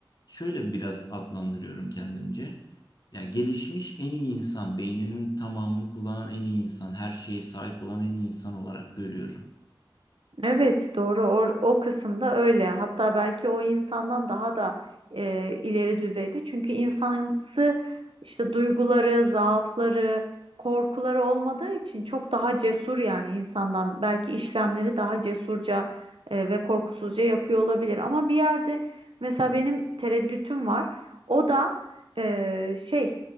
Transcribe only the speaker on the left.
şöyle biraz adlandırıyorum kendimce. Ya gelişmiş en iyi insan, beyninin tamamını kullanan en iyi insan, her şeye sahip olan en iyi insan olarak görüyorum.